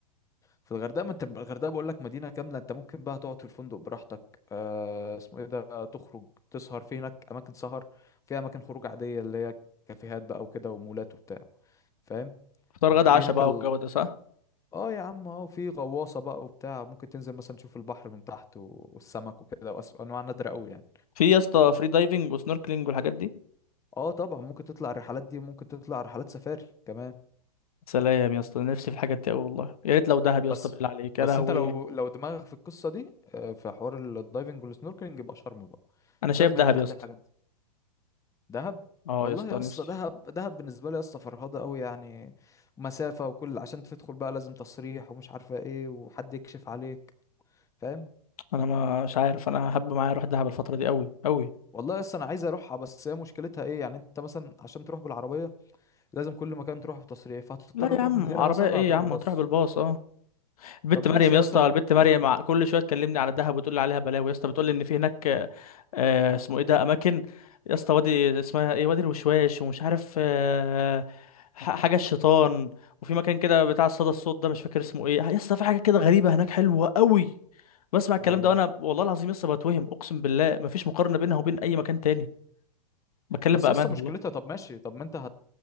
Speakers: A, on the left (about 15°); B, on the left (about 65°).
A: في الغردقه ما انت الغردقه بقول لك مدينه كامله انت ممكن بقى تقعد في الفندق براحتك آه اسمه ايه ده تخرج تسهر في هناك اماكن سهر في اماكن خروج عاديه اللي هي كافيهات بقى وكده ومولات وبتاع فاهم
B: فطار غدا
A: وفي
B: عشاء
A: هناك
B: بقى
A: ال...
B: والجو ده صح
A: اه يا عم اه في غواصه بقى وبتاع ممكن تنزل مثلا تشوف البحر من تحت و- والسمك وكده وأس- وانواع نادره قوي يعني
B: في يا اسطى فري دايفنج وسنوركلينج والحاجات دي
A: اه طبعا ممكن تطلع الرحلات دي وممكن تطلع رحلات سفاري كمان
B: سلام يا اسطى نفسي في الحاجات دي قوي والله يا ريت لو دهب يا
A: بس
B: اسطى بالله عليك
A: بس
B: يا لهوي
A: انت لو لو دماغك في القصه دي آه، في حوار الدايفنج والسنوركلينج يبقى شرم بقى
B: انا
A: شرم
B: شايف دهب
A: هي بتاعت
B: يا اسطى
A: الحاجات دي دهب
B: اه
A: والله
B: يا اسطى
A: يا
B: نفسي
A: اسطى دهب دهب بالنسبه لي يا اسطى فرهضه قوي يعني مسافه وكل عشان تدخل بقى لازم تصريح ومش عارفه ايه وحد يكشف عليك فاهم
B: انا ما- مش عارف انا هب معايا اروح دهب الفتره دي قوي قوي
A: والله يا اسطى انا عايز اروحها بس هي مشكلتها ايه يعني انت مثلا عشان تروح بالعربيه لازم كل مكان تروح بتصريح فهتضطر
B: لا يا
A: تروح
B: عم
A: من غيرها
B: عربيه
A: مثلا
B: ايه
A: هتروح
B: يا عم
A: باص
B: هتروح بالباص اه البت
A: طب ماشي
B: مريم يا
A: مثلا
B: اسطى البت مريم مع- كل شويه تكلمني على دهب وتقول لي عليها بلاوي يا اسطى بتقول لي ان في هناك آه، آه، اسمه ايه ده اماكن يا اسطى وادي اسمها ايه وادي الوشواش ومش عارف آه، ح- حاجه الشيطان وفي مكان كده بتاع الصدى الصوت ده مش فاكر اسمه ايه يا اسطى في حاجه كده غريبه هناك حلوه قوي بسمع الكلام
A: والله
B: ده وانا والله العظيم لسه بتوهم اقسم بالله مفيش مقارنه بينها وبين اي مكان تاني بتكلم
A: بس
B: بامان
A: يسطا مشكلتها طب ماشي طب ما انت هت...